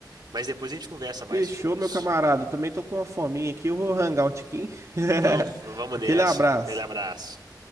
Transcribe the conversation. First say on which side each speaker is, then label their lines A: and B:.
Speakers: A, on the right (about 75°); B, on the right (about 45°).
A: Mas depois a gente conversa mais
B: Fechou,
A: sobre
B: meu
A: isso.
B: camarada. Eu também tô com uma fominha aqui. Eu vou rangar um tiquinho. <laughs>
A: Então, vamos
B: Aquele
A: nessa.
B: abraço.
A: Aquele abraço.